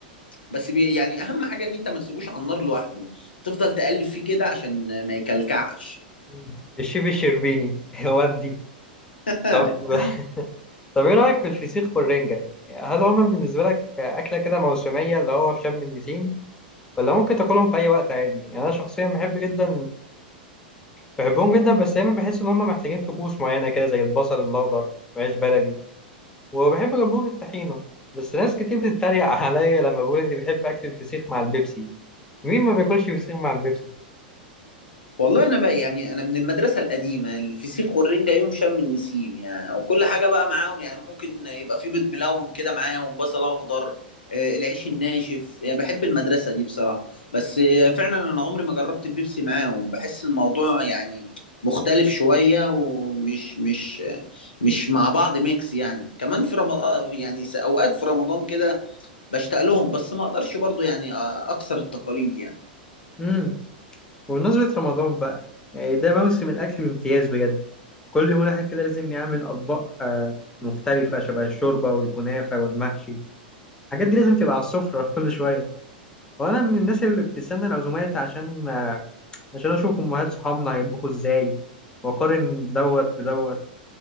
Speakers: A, on the left; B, on the left.
A: بس بي يعني اهم حاجه ان انت ما تسيبوش على النار لوحده تفضل تقلب فيه كده عشان ما يكلكعش
B: مم. الشيف الشربيني <laughs> ودي
A: <laughs>
B: طب طب ايه رايك في الفسيخ والرنجة يعني هل هما بالنسبة لك اكلة كده موسمية اللي هو في شم النسيم ولا ممكن تاكلهم في اي وقت عادي يعني انا شخصيا بحب جدا بحبهم جدا بس دايما بحس ان هم محتاجين طقوس معينه كده زي البصل الاخضر وعيش بلدي وبحب جنبهم الطحينه بس ناس كتير بتتريق <laughs> عليا لما بقول اني بحب اكل الفسيخ مع البيبسي مين ما بياكلش فسيخ مع البيبسي
A: والله انا بقى يعني انا من المدرسه القديمه الفسيخ والرنجه يوم شم النسيم يعني وكل حاجه بقى معاهم يعني ممكن يبقى في بيض ملون كده معاهم بصل اخضر آه، العيش الناشف يعني بحب المدرسه دي بصراحه بس آه، فعلا انا عمري ما جربت البيبسي معاهم بحس الموضوع يعني مختلف شويه ومش مش مش مع بعض ميكس يعني كمان في رمضان يعني اوقات في رمضان كده بشتاق لهم بس ما اقدرش برضو يعني آه، اكسر التقاليد يعني
B: امم وبمناسبة رمضان بقى يعني ده موسم الأكل بامتياز بجد كل يوم واحد كده لازم يعمل أطباق آه، مختلفة شبه الشوربة والكنافة والمحشي الحاجات دي لازم تبقى على السفرة <laughs> كل شوية وأنا من الناس اللي بتستنى العزومات عشان عشان اشوف امهات صحابنا هيطبخوا ازاي واقارن دوت بدوت